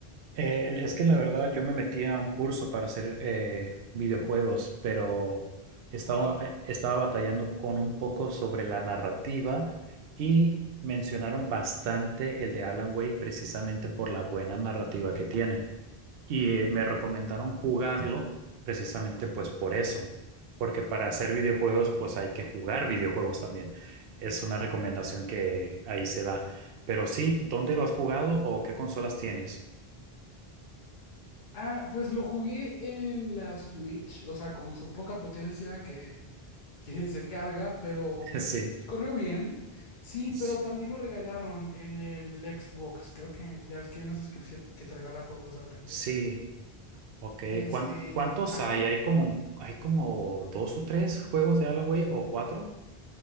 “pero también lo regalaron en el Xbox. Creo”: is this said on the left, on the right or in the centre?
Left